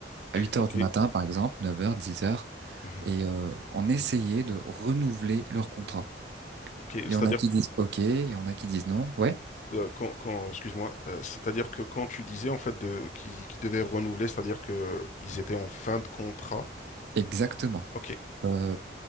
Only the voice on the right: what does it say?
à huit
heures du matin par exemple, 9 heures, 10 heures
et euh, on essayait de renouveler leur contrat.
Il
y en a qui disent OK, il y en a qui disent non. Ouais,
exactement.
Euh,